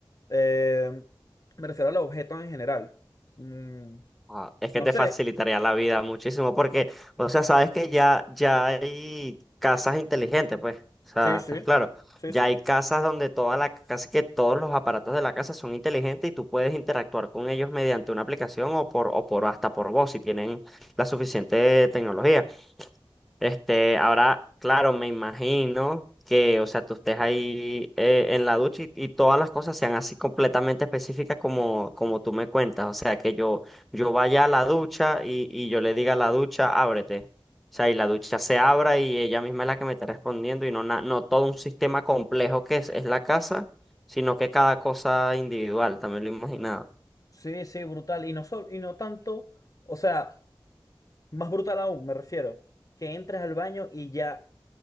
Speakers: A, on the left; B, in the centre.
A: Eh, me refiero a los objetos en general. Mm,
B: Ah, es
A: no
B: que te
A: sé,
B: facilitaría la vida muchísimo porque, o sea, sabes que ya, ya hay casas inteligentes, pues, o sea,
A: sí, sí,
B: estás claro.
A: sí,
B: Ya
A: sí,
B: hay casas donde toda la, casi que todos los aparatos de la casa son inteligentes y tú puedes interactuar con ellos mediante una aplicación o por, o por hasta por voz si tienen la suficiente tecnología. Este, ahora, claro, me imagino que, o sea, tú estés ahí eh, en la ducha y, y todas las cosas sean así completamente específicas como, como tú me cuentas. O sea, que yo, yo vaya a la ducha y, y yo le diga a la ducha, ábrete. O sea, y la ducha se abra y ella misma es la que me está respondiendo y no, na- no todo un sistema complejo que es, es la casa, sino que cada cosa individual, también lo he imaginado.
A: sí, sí, brutal, y no, sol, y no tanto, o sea, más brutal aún, me refiero, que entres al baño y ya